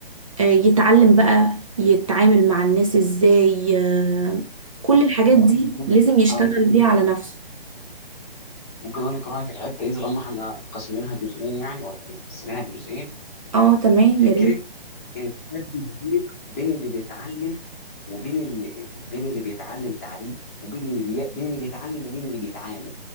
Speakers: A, on the right (about 35°); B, on the left (about 15°).
A: آه، يتعلم بقى يتعامل مع الناس ازاي آه، كل
B: انا ممكن
A: الحاجات
B: أقول
A: دي لازم يشتغل
B: أنا ممكن
A: بيها
B: اقول
A: على نفسه
B: ممكن اقول لك رايي في الحته دي طالما احنا قاسمينها جزئين يعني ولا مقسمينها جزئين
A: اه تمام
B: فكره
A: يا ريت
B: ان فرق كبير بين اللي بيتعلم وبين اللي بين اللي بيتعلم تعليم وبين اللي بي... بين اللي بيتعلم وبين اللي بيتعامل